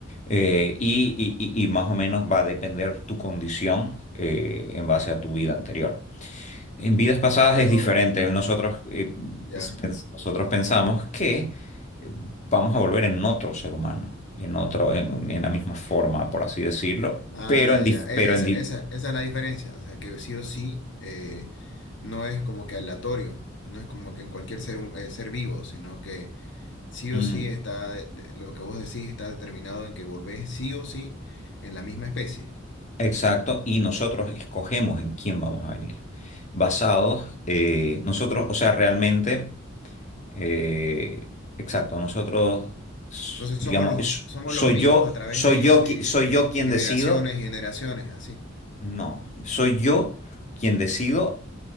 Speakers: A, on the left; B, on the left.
A: Eh, y,
B: Ujú, ujú.
A: y- y- y más o menos va a depender tu condición eh, en base a tu vida anterior. En vidas pasadas
B: Pero...
A: es diferente. Nosotros, eh,
B: Ya.
A: es- pens- nosotros pensamos que eh, vamos a volver en otro ser humano, en otro, en, en la misma forma, por así decirlo,
B: Ah,
A: pero
B: ya,
A: en, dif-
B: ya. E-
A: pero
B: Esa,
A: en di-
B: esa, esa es la diferencia. O sea, que sí o sí eh, no es como que aleatorio, no es como que en cualquier ser, hu- eh, ser vivo, sino que sí
A: mm,
B: o sí está, de- de- lo que vos decís está determinado en que volvés sí o sí en la misma especie.
A: exacto, y nosotros escogemos en quién vamos a venir. Basados, eh, nosotros, o sea, realmente, eh, exacto, nosotros, s-
B: Entonces
A: digamos,
B: somos los,
A: es-
B: somos
A: soy
B: los mismos
A: yo,
B: a través
A: soy
B: de,
A: yo,
B: de-
A: qui- soy
B: de
A: yo quien
B: generaciones
A: decido
B: y generaciones, así.
A: No, soy yo quien decido